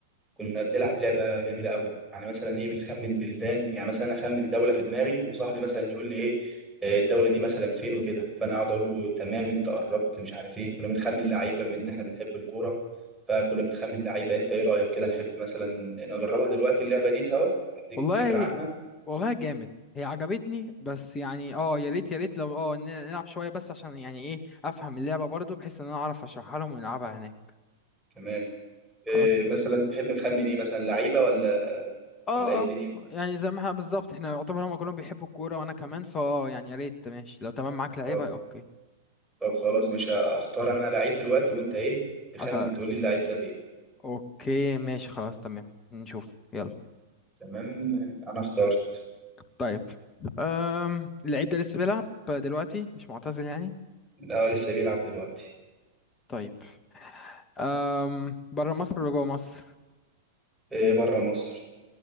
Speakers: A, in the centre; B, on the left.
A: كنا بنلعب لعبه جميله قوي يعني مثلا ايه بنخمن بلدان يعني مثلا اخمن دوله في دماغي وصاحبي مثلا يقول لي ايه آه، الدوله دي مثلا فين وكده فانا اقعد اقول له تمام انت قربت مش عارف ايه كنا بنخمن لعيبه من ان احنا بنحب الكوره فكنا بنخمن لعيبه انت ايه رايك كده نحب مثلا نجربها دلوقتي اللعبه دي سوا اديك
B: والله
A: فكره عنها
B: والله جامد هي عجبتني بس يعني اه يا ريت يا ريت لو اه ن- نلعب شوية بس عشان يعني ايه افهم اللعبة برضو بحيث ان انا اعرف اشرحها لهم ونلعبها هناك
A: كمان إيه
B: خلاص
A: مثلا تحب نخمن ايه مثلا لعيبه ولا
B: اه
A: ولا ايه الدنيا
B: اه يعني زي ما احنا بالظبط احنا يعتبر هما كلهم بيحبوا الكورة وانا كمان فاه يعني يا ريت ماشي لو تمام معاك لعيبة
A: طب
B: اوكي
A: طب خلاص مش هختار انا لعيب دلوقتي وانت ايه تخمن
B: أسأل
A: تقول لي اللعيب ده فين
B: اوكي ماشي خلاص تمام نشوف يلا
A: تمام انا اخترت
B: طيب أم... اللعيب ده لسه بيلعب دلوقتي مش معتزل يعني
A: الاول لسه بيلعب دلوقتي
B: طيب أم... بره مصر ولا جوه مصر
A: إيه بره مصر